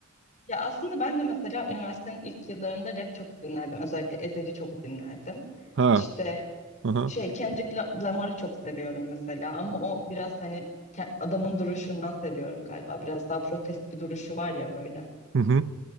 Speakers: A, on the left; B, on the right.
A: Ya aslında ben de mesela üniversitenin ilk yıllarında rap çok dinlerdim. Özellikle Ezhel'i çok dinlerdim.
B: Ha.
A: İşte
B: Aha.
A: şey Kendrick La- Lamar'ı çok seviyorum mesela ama o biraz hani ke- adamın duruşundan seviyorum galiba. Biraz daha protest bir duruşu var ya böyle.
B: Hı hı.